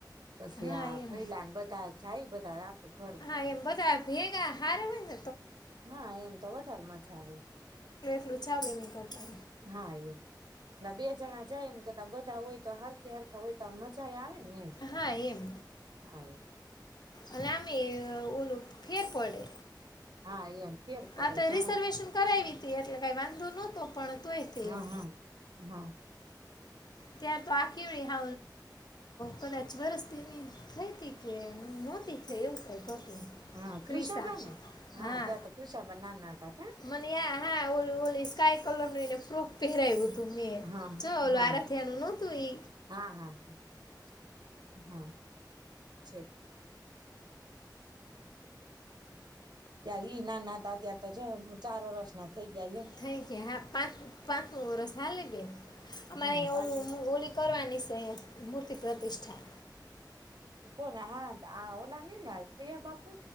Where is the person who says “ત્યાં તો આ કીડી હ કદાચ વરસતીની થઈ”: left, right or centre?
Left